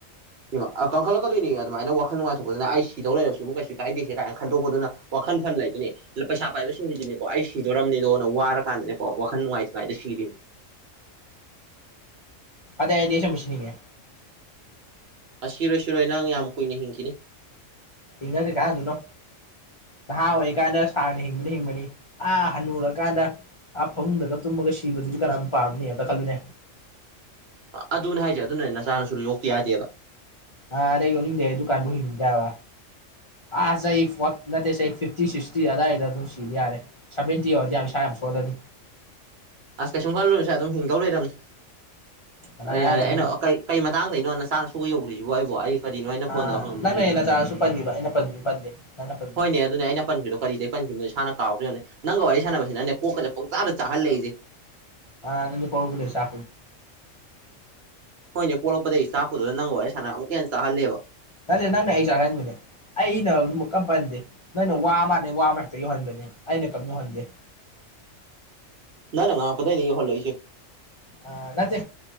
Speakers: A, on the right; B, on the left.
A: ꯏꯃꯥ ꯀꯪꯈꯠꯂꯛꯀꯗꯣꯏꯅꯤ ꯑꯗꯨꯃꯥꯏꯅ ꯋꯥꯈꯜ ꯅꯨꯡꯉꯥꯏꯊꯣꯛ ꯑꯗꯨꯅ ꯑꯩ ꯁꯤꯗꯧ ꯂꯩꯔꯔꯕꯁꯨꯕꯨ ꯀꯩꯁꯨ ꯀꯥꯏꯗꯦꯁꯦ ꯀꯥꯏꯅ ꯈꯟꯗꯣꯛꯄꯗꯨꯅ ꯋꯥꯈꯜꯐꯝ ꯂꯩꯗꯨꯅꯤ ꯄꯩꯁꯥ ꯄꯥꯏꯕꯁꯤꯡꯁꯤꯗꯤꯅꯤꯀꯣ ꯑꯩ ꯁꯤꯗꯣꯔꯝꯅꯤꯗꯅ ꯋꯥꯔꯀꯥꯟꯗꯅꯦꯀꯣ ꯋꯥꯈꯜ ꯅꯨꯡꯉꯥꯏꯇꯉꯥꯏꯗ ꯁꯤꯔꯤꯅꯤ <inaudible>
B: ꯑꯗ ꯑꯦꯗꯤꯁꯝ ꯃꯁꯂꯤꯉꯦ
A: ꯑꯁꯤ ꯁꯤꯔꯣꯏ ꯁꯤꯔꯣꯏ ꯅꯪ ꯌꯥꯝ ꯀꯨꯏꯅ ꯍꯤꯡꯈꯤꯅꯤ
B: ꯏꯖꯁꯦ ꯀꯥꯏꯟ ꯑꯗꯨꯣ ꯅꯣ ꯅꯍꯥ ꯑꯣꯏꯔꯤꯀꯥꯟꯗ ꯁꯥꯡꯅ ꯍꯤꯡꯕꯅ ꯍꯤꯡꯕꯅꯤ ꯑꯥ ꯍꯟꯅꯨꯔꯀꯥꯟꯗ ꯑꯥ ꯐꯃꯨꯡꯗꯒ ꯇꯨꯝꯃꯒ ꯁꯤꯕꯗꯨꯗꯤ ꯀꯅꯥꯅ ꯄꯥꯝꯅꯤ ꯑꯝꯇ ꯈꯜꯂꯨꯅꯦ
A: ꯑꯗꯨꯅꯦ ꯍꯥꯏꯁꯦ ꯑꯗꯨꯅ ꯅꯆꯥꯅꯁꯨ ꯌꯣꯛꯄ ꯌꯥꯗꯦꯕ
B: ꯑꯥ ꯑꯗꯩ ꯌꯅꯤꯡꯗ ꯗꯨꯀꯥꯟꯕꯨ ꯍꯤꯡꯅꯤꯡꯖꯕ ꯑꯥ ꯁ ꯅꯠꯇꯦ ꯁ ꯐꯤꯐꯇꯤ ꯁꯤꯛꯁꯇꯤ ꯑꯗꯨꯋꯥꯏꯗ ꯑꯗꯨꯝ ꯁꯤꯕ ꯌꯥꯔꯦ ꯁꯤꯗꯤ ꯌꯥꯝ ꯁꯣꯗꯅꯤ
A: ꯑꯁ ꯀꯩꯁꯨꯝ ꯈꯜꯂꯨꯔꯁꯨ ꯑꯗꯨꯝ ꯍꯤꯡꯒꯧ ꯂꯩꯔꯕꯝꯅꯦ
B: ꯀꯅꯥ ꯍꯥꯏꯅꯣ
A: ꯌꯥꯔꯦ ꯑꯩꯅ
B: ꯅꯪ
A: ꯀꯩ ꯀꯩ ꯃꯇꯥꯡꯗꯩꯅꯣ ꯅ ꯆꯥꯡꯅ ꯁꯨꯕ ꯌꯧꯗ꯭ꯔꯤꯁꯤꯕꯣ ꯑꯩꯕꯣ ꯑꯩ ꯀꯔꯤꯅꯣ ꯑꯩꯅ
B: ꯑꯥ
A: ꯐꯣꯟꯗꯣ ꯍꯪꯉꯝꯕꯗꯨ
B: ꯅꯪꯅ ꯍꯦꯟꯅ ꯆꯥꯔꯁꯨ ꯄꯟꯈꯤꯕ ꯑꯩꯅ ꯄꯟꯕꯗꯤ ꯄꯟꯗꯦ ꯅꯪꯅ ꯄꯟꯕꯅꯦ
A: ꯍꯣꯏꯅꯦ ꯑꯗꯨꯅꯦ ꯑꯩꯅ ꯄꯟꯕꯗꯣ ꯀꯔꯤꯗꯩ ꯏꯁꯥꯟꯅ ꯀꯥꯎꯈ꯭ꯔꯕꯅꯦ ꯅꯪꯒ ꯋꯥꯔꯤ ꯁꯥꯟꯅꯕꯁꯤ ꯅꯪꯅꯦ ꯀꯣꯛꯀ ꯆ ꯄ ꯆꯥꯗ ꯆꯥꯛꯍꯜꯂꯛꯏꯁꯦ
B: ꯑ ꯑꯗꯤ ꯀꯒꯂ ꯆ
A: ꯅꯣꯏꯅꯦ ꯄꯣꯛꯂꯛꯄꯗꯒꯤ ꯆꯥꯛꯄꯗꯨꯗ ꯅꯪꯉ ꯑꯩ ꯁꯥꯟꯅꯥ ꯑꯃꯨꯛꯀ ꯍꯟꯅ ꯆꯥꯍꯜꯂꯦꯕ
B: ꯅꯔꯦ ꯅꯪꯅꯦ ꯑꯩ ꯆꯔꯥꯏ ꯃꯤꯅꯦ ꯑꯩꯅ ꯑꯗꯨꯃꯛ ꯀꯔ ꯄꯟꯗꯦ ꯅꯣꯏꯅ ꯋꯥ ꯑꯃꯗꯩ ꯋꯥ ꯑꯃ ꯍꯦꯛꯇ ꯌꯧꯍꯟꯕꯅꯤ ꯑꯩꯅ ꯀꯝ ꯌꯧꯍꯟꯗꯦ
A: <unintelligible> ꯅ ꯅꯪ ꯉ ꯀꯗ ꯅ ꯍꯜꯂꯏꯁꯦ
B: ꯑ ꯅꯠꯇꯦ